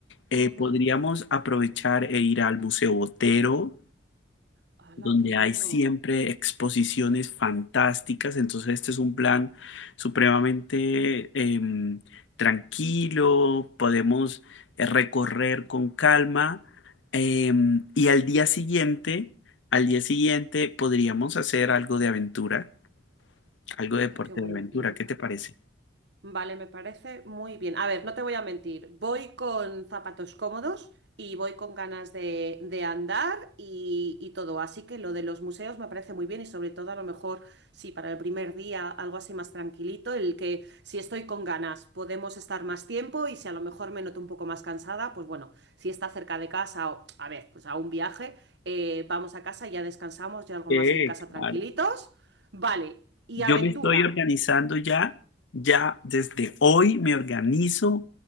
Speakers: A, on the left (about 75°); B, on the right (about 60°).
A: Eh,
B: Ujú.
A: podríamos aprovechar e ir al Museo Botero
B: Hala,
A: donde
B: qué bueno!
A: hay siempre exposiciones fantásticas. Entonces este es un plan supremamente em, tranquilo, podemos eh, recorrer con calma em, y al día siguiente, al día siguiente podríamos hacer algo de aventura, algo de deporte
B: ¡Ay, qué buena
A: de aventura.
B: pinta!
A: ¿Qué te parece?
B: Vale, me parece muy bien. A ver, no te voy a mentir, voy con zapatos cómodos y voy con ganas de, de andar y, y todo, así que lo de los museos me parece muy bien y sobre todo a lo mejor, sí, para el primer día algo así más tranquilito, el que si estoy con ganas podemos estar más tiempo y si a lo mejor me noto un poco más cansada, pues bueno, si está cerca de casa o, a ver, pues a un viaje, eh, vamos a casa, ya descansamos, ya algo
A: Sí,
B: más en casa
A: claro.
B: tranquilitos. Vale, y
A: Yo
B: aventura.
A: me estoy organizando ya, ya desde hoy me organizo